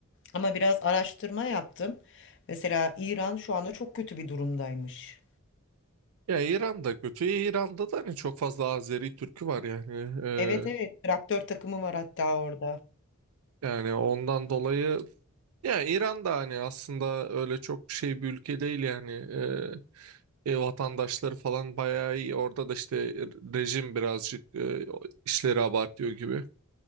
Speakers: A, on the left; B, on the right.
A: Ama biraz araştırma yaptım. Mesela İran şu anda çok kötü bir durumdaymış.
B: Ya İran'da kötü. İran'da da hani çok fazla Azeri Türk'ü var yani. Ee,
A: Evet evet traktör takımı var hatta orada.
B: yani ondan dolayı ya İran'da hani aslında öyle çok bir şey bir ülke değil yani. Ee, e, vatandaşları falan bayağı iyi. Orada da işte rejim birazcık e, işleri abartıyor gibi.